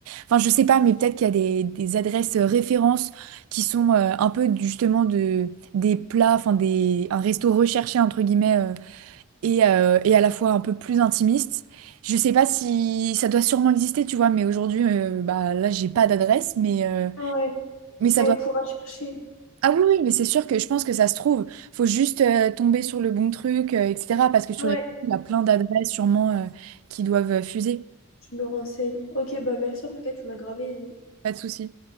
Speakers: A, on the right (about 75°); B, on the left (about 65°).
A: Enfin, je sais pas, mais peut-être qu'il y a des, des adresses euh, références qui sont euh, un peu justement de, des plats, enfin des, un resto recherché, entre guillemets, euh, et, euh, et à la fois un peu plus intimiste. Je sais pas si ça doit sûrement exister, tu vois, mais aujourd'hui, euh, bah, là, j'ai pas d'adresse, mais... euh,
B: Ouais,
A: mais ça
B: mais
A: doit
B: on pourra chercher.
A: ah oui, oui, mais c'est sûr que je pense que ça se trouve. Faut juste euh, tomber sur le bon truc, euh, etc. Parce que sur
B: Ouais,
A: les il y a plein d'adresses sûrement euh, qui doivent euh, fuser.
B: je me renseigne. Ok, bah merci en tout cas, tu m'as gravé
A: Pas de souci.